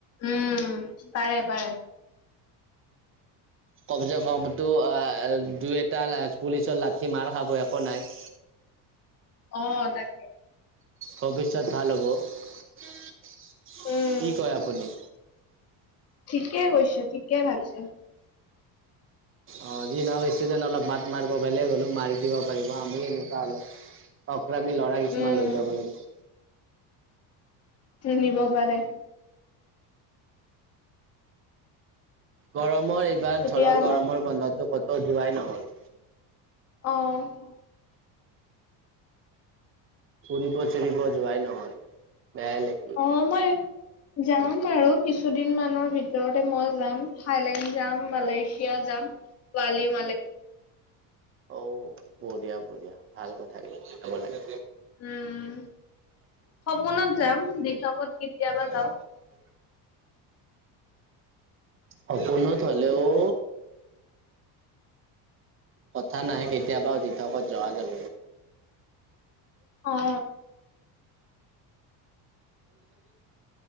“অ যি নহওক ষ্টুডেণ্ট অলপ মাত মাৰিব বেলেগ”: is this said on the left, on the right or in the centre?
Right